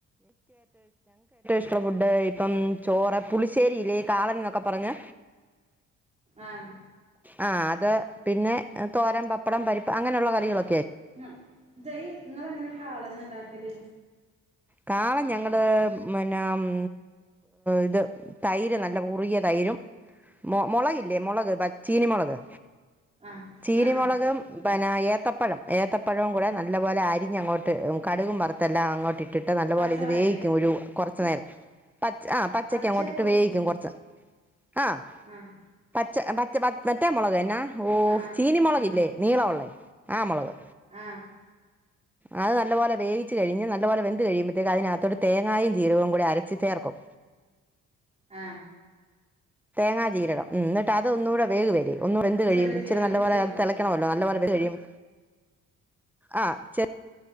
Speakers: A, in the centre; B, on the right (about 20°).
A: ത്ര ഫുഡ് ഇപ്പം ചോറെ പുളിശ്ശേരില്ലേ കാളൻ ന്നൊക്കെ പറഞ്ഞ്
B: ആഹ്
A: ആ അത് പിന്നെ തോരം പപ്പടം പരിപ്പ് അങ്ങനൊള്ള കറികള്
B: ആ ജയ് ഇങ്ങളെങ്ങനാ കാളൻ ണ്ടാക്കല്
A: കാളൻഞങ്ങള് പിന്നാ മ് ഇത് തൈര് നല്ലകുറുകിയ തൈരും
B: ഉ <inaudible>
A: മു മുളകില്ലേ മുളക് പച് ചീനി മുളക്
B: ആഹ്
A: ചീരി
B: ആഹ്
A: മൊളകും
B: ആഹ്
A: പന ഏത്തപ്പഴം
B: ആഹ്
A: ഏത്തപ്പഴവും കൂടെ ന ല്ലപോലെ അരിഞ്ഞങ്ങോട്ട് കടുകും വറത്തെല്ലാം അങ്ങോട്ട് ഇട്ടിട്ട് നല്ലപോലെ
B: പച്ചവായക്കേ
A: ഇത് വേവിക്കും ഒരു കുറച്ച് നേര പച് ആ പച്ചക്കങ്ങോട്ടിട്ട്
B: പച്ചേ പൗത്ത്ക്ക്ണ്
A: വേവിക്കും കുറച്ച് ആ
B: ആഹ്
A: പച് പച് മറ്റ് മറ്റേ മുളക് എന്നാ ഓ
B: ആഹ് ആഹ്
A: ചീനി മുളകില്ലേ
B: ആഹ്
A: നീള ഉള്ളേ ആ മുളക്
B: ആഹ്
A: അ നല്ലപോലെ വേവിച്ച് കഴി ഞ്ഞ്നല്ലപോലെ വെൻ ന്ത് കഴിമ്പത്തെക്കും അതിനതൊട്ട് തേങ്ങായും ജീരകവും അരച്ച് ചേർക്കും
B: ആ
A: തേങ്ങാ ജീരകം ഉം എന്നിട്ട് അതൊന്നുകൂടെ വേവു വേലെ ഒന്നു വെന്ത് കഴിയുമ്പോ
B: ചെറിയ ജീരകം
A: ഇച്ചിരി
B: വലിയ
A: നല്ലപോലെ
B: ജീരകോ
A: തെളക്കണവല്ലോ നല്ലപോലെ വെന്ത് കഴിയുമ്പോ ആ ചെ